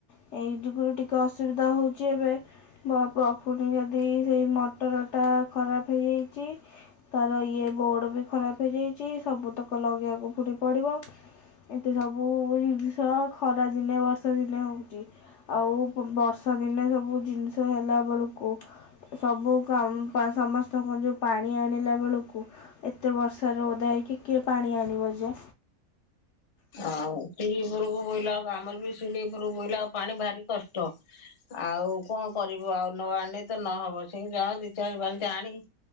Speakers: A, on the left; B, on the left.
A: ସେହି ଯୁଗରୁ ଟିକେ ଅସୁବିଧା ହଉଛି ଏବେ ପ ପୁଣି ଯଦି ସେଇ ମଟର ଟା ଖରାପ ହେଇଯାଇଛି ତାର ଇଏ ବୋର୍ଡ ବି ଖରାପ ହେଇଯାଇଛି ସବୁତକ ଲଗେଇବାକୁ ପୁଣି ପଡିବ। ଏତେ ସବୁ ଜିନିଷ ଖରା ଦିନେ ବର୍ଷା ଦିନେ ହଉଛି। ଆଉ ବର୍ଷା ଦିନେ ସବୁ ଜିନିଷ ହେଲା ବେଳକୁ ସବୁ କାମ ସମସ୍ତଙ୍କ ଯୋଉ ପାଣି ଆଣିଲା ବେଳକୁ ଏତେ ବର୍ଷାରୁ ଓଦା ହେଇକି କିଏ ପାଣି ଆଣିବ ଯେ
B: ଆଉ ଶିଡିିଉପରକୁ ବୋଇଲା ଆ ଆମର ବି ଶିଡିିଉପରକୁ ବୋହିଲା ଆଉ ପାଣି ଭାରି କଷ୍ଟ ଆଉ କଣ କରିବୁ ଆଉ ନ ଆଣେ ତ ନହବ ସେଇ ଯ ଦିି ଚାରି ବାଲ୍ଟି ଆଣିକି